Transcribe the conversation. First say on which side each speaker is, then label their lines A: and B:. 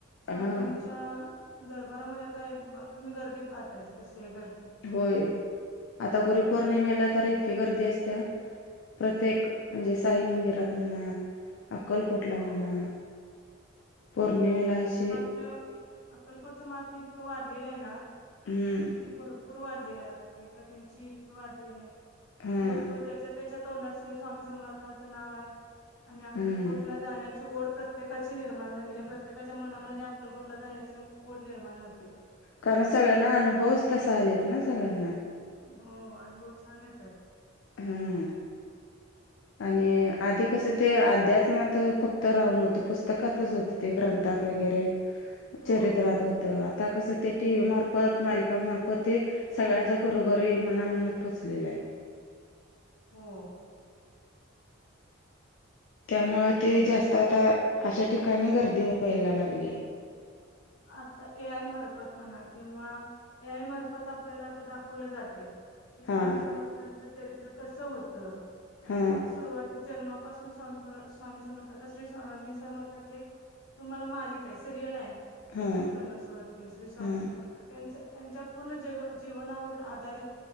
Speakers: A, on the left; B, on the left.
A: स्वामींच्या-
B: हा
A: दरबारामध्ये आता तुम्ही गर्दी पाहतायच, कशी आहे गर्दी.
B: होय, आता गुरुपौर्णिमेला
A: स्वामींची
B: तरी- गर्दी असत्या, प्रत्येक म्हणजे साई मंदिरात म्हणा- अक्कलकोटला
A: हो
B: म्हणा, पौर्णिमेला अशी-
A: म अक्कलकोटचं महात्म्य इतकं वाढलेलं आहे ना-
B: हम्म.
A: की भरपूर वाढलेली आख्यायिका त्यांची वाढलेली
B: हा
A: जो तो ज्याच्या- त्याच्या तोंडात श्री स्वामी समर्थांचं नाव आहे आणि अक्कलकोटला
B: हा
A: जाण्या- ची ओढ प्रत्येकाची निर्माण झालेली आहे, प्रत्येकाच्या मनामध्ये अक्कलकोटला जाण्याची ओढ निर्माण होतीये.
B: कारण सगळ्यांना अनुभवच तसा आलेत ना, सगळ्यांना.
A: हो, अनुभव छान येतात.
B: हं. आणि आधी कसं ते अध्यात्मात फक्त राहून होतं, पुस्तकातच होतं ते ग्रंथात वगैरे.
A: हो
B: चरित्रात होत, आता कसं ते टीव्ही मार्फत, मालिकामार्फत ते- सगळ्यांच्या घरोघरी, मना-मनात पोचलेलं आहे.
A: हो.
B: त्यामूळ ते जास्त आता अशा ठिकाणी गर्दी व्हायला लागलीये.
A: आता ए आय मार्फत म्हणा किंवा ए आय मार्फत आपल्याला आता दाखवलं जातय- कि, स्वामी
B: हा
A: समर्थांचं चरित्र कसं होतं?
B: हा.
A: सुरुवाती जन्मापासून स्वामी, स्वामी समर्थ श्री स्वामी समर्थांचे एक- तुम्हाला मालिका आहे, सिरियल आहे.
B: हा
A: कलर्स वरती श्री स्वामी
B: हा
A: समर्थ, त्यांच्या, त्यांच्या पूर्ण जैव जीवनावर आधारित-